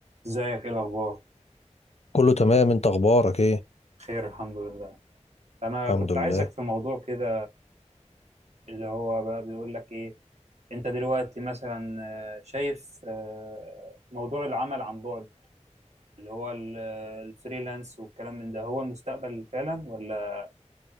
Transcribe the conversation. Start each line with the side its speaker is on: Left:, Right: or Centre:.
Right: ازيك ايه الاخبار
Left: كله تمام انت اخبارك ايه
Right: خير الحمد لله انا
Left: الحمد
Right: كنت
Left: لله
Right: عايزك في موضوع كده اللي هو بقى بيقول لك ايه انت دلوقتي مثلا آه، شايف آه، موضوع العمل عن بعد اللي هو ال- آه، الفريلانس والكلام من ده هو المستقبل فعلا ولا